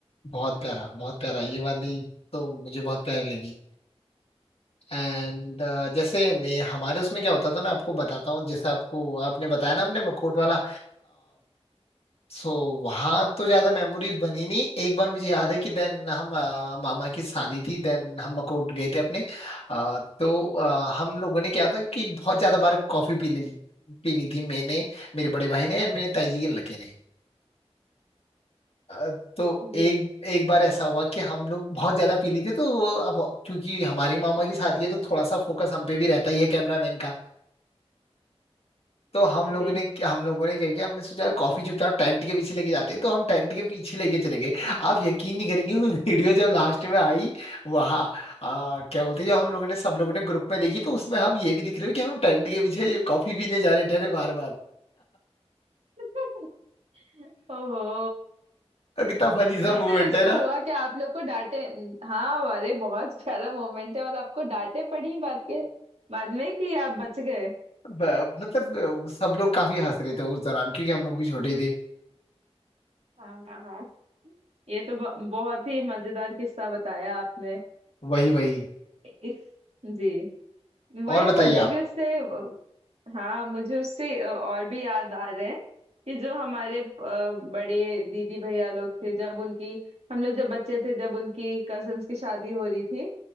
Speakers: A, on the left; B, on the right.
A: बहुत प्यारा बहुत प्यारा ये वाली तो मुझे बहुत प्यारी लगी एंड जैसे मैं हमारे उसमें क्या होता था मैं आपको बताता हूँ जैसे आपको आपने बताया ना अपने मखोट वाला सो वहाँ तो ज्यादा मेमोरीज बनी नहीं एक बार मुझे याद है कि देन हम अ, मामा की शादी थी देन हम मखोट गए थे अपने अ, तो अ, हम लोगों ने क्या था कि बहुत ज्यादा बार कॉफी पी ली पी ली थी मैंने मेरे बड़े भाई ने एंड मेरे ताई जी के लड़के ने अ, तो
B: जी
A: एक एक बार ऐसा हुआ कि हम लोग बहुत ज्यादा पी ली थी तो वो अब क्योंकि हमारी मामा की शादी है तो थोड़ा सा फोकस हम पे भी रहता ही है कैमरामैन का तो हम लोगों
B: जी
A: ने हम लोगों ने क्या किया हमने सोचा यार कॉफी चुपचाप टेंट के पीछे लेके जाते हैं तो हम टेंट के पीछे लेके चले गए आप यकीन नहीं करेंगे वो वीडियो जब लास्ट में आई वहाँ अ, क्या बोलते हैं जब हम लोगों ने सब लोगों ने ग्रुप में देखी तो उसमें हम ये भी दिख रहे हो कि हम टेंट के पीछे कॉफी पीने जा रहे थे अरे बार बार
B: <laughs> ओहो
A: कितना फनी सा
B: तब
A: मूवमेंट
B: फिर उससे
A: है
B: हुआ
A: ना
B: कि आप लोग को डांटे हाँ अरे बहुत प्यारा मोमेंट है और आपको डांटे पड़ी बात के बाद में कि आप बच गए
A: ब- मतलब अ, सब लोग काफी हंस रहे थे उस दौरान क्योंकि हम लोग भी छोटे ही थे
B: हाँ हाँ हाँ। ये तो ब- बहुत ही मजेदार किस्सा बताया आपने
A: वही वही
B: इस जी वही
A: और बताइए
B: मुझे भी
A: आप
B: उससे अ, हाँ मुझे उससे अ, और भी याद आ रहे हैं कि जो हमारे अ, बड़े दीदी भैया लोग थे जब उनकी हम लोग जब बच्चे थे जब उनकी कजन्स की शादी हो रही थी